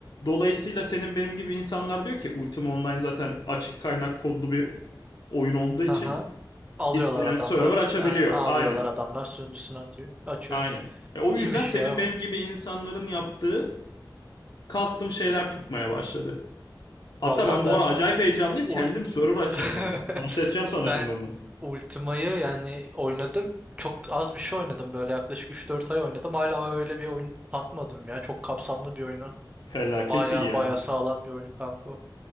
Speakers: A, on the left; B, on the right.
A: Dolayısıyla senin benim gibi insanlar diyor ki Ultima Online zaten açık kaynak kodlu bir oyun olduğu için
B: aha. Alıyorlar
A: isteyen
B: adamlar.
A: server açabiliyor.
B: e, alıyorlar
A: Aynen.
B: adamlar sunucusunu atıyor. Açıyor.
A: Aynen. E, o
B: İyiymiş
A: yüzden senin
B: ya o.
A: benim gibi insanların yaptığı custom şeyler tutmaya başladı. Hatta
B: Valla
A: ben bu
B: ben
A: ara acayip heyecanlıyım.
B: ul
A: Kendim server açacağım
B: <laughs>
A: yani. Bahsedeceğim sana
B: ben
A: şimdi onu.
B: Ultima'yı yani oynadım. Çok az bir şey oynadım böyle yaklaşık üç dört ay oynadım. Hala öyle bir oyun tatmadım ya. Çok kapsamlı bir oyunu.
A: Felaket
B: Baya
A: iyi ya.
B: baya sağlam bir oyun kanka. o.